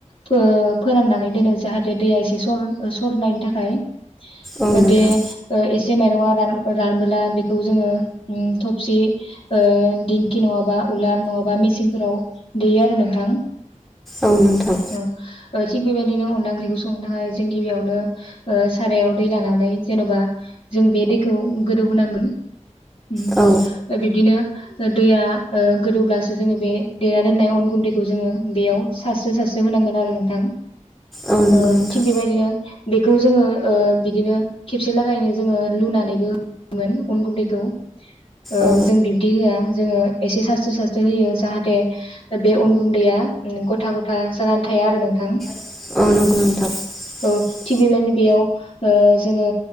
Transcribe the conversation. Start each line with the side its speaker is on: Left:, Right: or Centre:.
Left: फो फोराननानै दोनो जाहाथे दैया एसे सर सरनायनि थाखाय
Centre: औ
Left: ओ
Centre: नोंथां
Left: बे ओ एसे माइरंआ रान ओ बोला बेखौ जोङो ओम थबसि ओ दिंखि नङाबा उलार नङाबा मेसिंफोराव देयो आरो नोंथां
Centre: औ नोंथां
Left: ओम ओ थिग बेबायदिनो अनला ओंख्रिखौ संनो थाखाय जों गिबियावनो ओ सारायाव दै लानानै जेन'बा जों बे दैखौ गोदौ होनांगोन ओम
Centre: औ
Left: ओ बिदिनो दैया ओ गोदौब्लासो जोङो बे देना दोननाय अन गुन्दैखौ जोङो बेयाव सास्रो सारस्रो होनांगोन आरो नोंथां ओ
Centre: औ नंगौ नोंथां
Left: थिग बेबायदिनो बेखौ जोङो ओ बिदिनो खेबसे लागायैनो जोङो लुनानैबो मोन अन गुन्दैखौ ओ
Centre: औ
Left: जों बिब्दि होआ जोङो एसे सारस्रो सारस्रो होयो जाहाथे बे अन गुन्दैया ओम गथा गथा जानानै थाया आरो नोंथां।
Centre: <unintelligible>
Left: औ थिग बेबादिनो बेयाव ओ जोङो